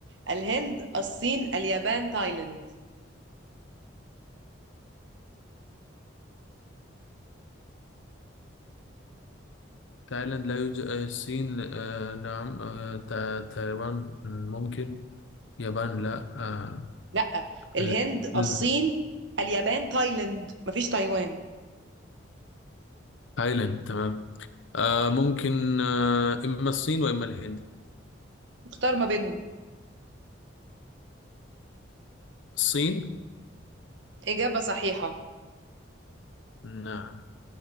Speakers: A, on the right (about 65°); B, on the left (about 70°).
A: الهند الصين اليابان تايلاند
B: تايلاند لا يوجد آه، الصين آه نعم آه تا- تايوان مم، ممكن يابان لا آه
A: لأ الهند
B: ال-
A: الصين
B: ال-
A: اليابان تايلاند مفيش تايوان
B: تايلاند تمام آه ممكن آه إما الصين وإما الهند
A: اختار ما بينهم
B: الصين
A: إجابة صحيحة
B: نعم